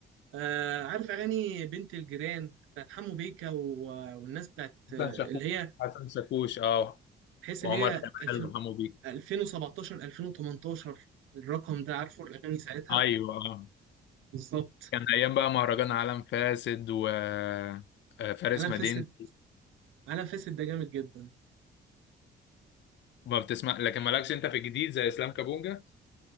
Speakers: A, on the right; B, on the left.
A: آه عارف اغاني بنت الجيران بتاعت حمو بيكا و- والناس بتاعت
B: حسن
A: آه،
B: شاكوش
A: اللي هي
B: حسن شاكوش اه
A: تحس
B: وعمر
A: اللي هي
B: كمال
A: 2000
B: وحمو بيك
A: 2017 2018 الرقم ده عارفه الاغاني ساعتها
B: ايوه اه
A: بالظبط
B: كان ايام بقى مهرجان عالم فاسد و آه، فارس
A: عالم
B: مدينة
A: فاسد عالم فاسد ده جامد جدا
B: ما بتسمع لكن مالكش انت في الجديد زي اسلام كابونجا